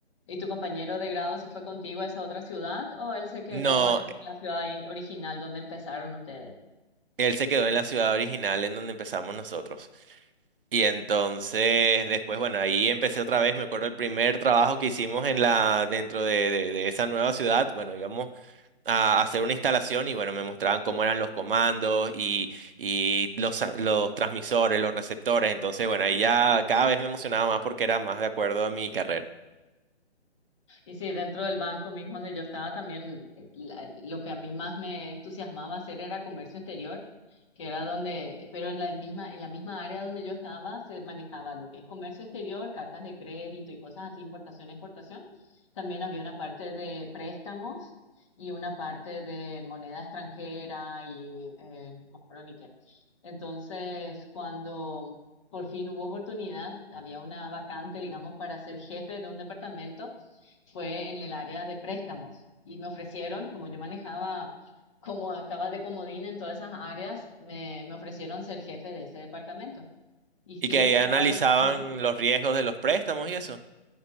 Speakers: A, on the left; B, on the right.
A: y tu compañero de grado se fue contigo a esa otra ciudad o él se quedó
B: No,
A: en la ciudad in- original donde empezaron ustedes?
B: él se quedó en la ciudad original en donde empezamos nosotros. Y entonces después, bueno, ahí empecé otra vez, me acuerdo el primer trabajo que hicimos en la, dentro de, de de esa nueva ciudad, bueno, íbamos a hacer una instalación y bueno, me mostraban cómo eran los comandos y, y los, a- los transmisores, los receptores. Entonces, bueno, ahí ya cada vez me emocionaba más porque era más de acuerdo a mi carrera.
A: Y sí, dentro del banco mismo donde yo estaba también, eh, la- lo que a mí más me entusiasmaba hacer era comercio exterior, que era donde, pero en la misma, en la misma área donde yo estaba se manejaba lo que es comercio exterior, cartas de crédito y cosas así, importación, exportación. También había una parte de préstamos y una parte de moneda extranjera y eh, no me acuerdo ni qué. Entonces, cuando por fin hubo oportunidad, había una vacante, digamos, para ser jefe de un departamento fue en el área de préstamos y me ofrecieron, como yo manejaba, como estaba de comodín en todas esas áreas, me, me ofrecieron ser jefe de ese departamento. Y sí
B: Y que
A: me
B: ahí
A: gustaba
B: analizaban
A: la oportunidad.
B: los riesgos de los préstamos y eso.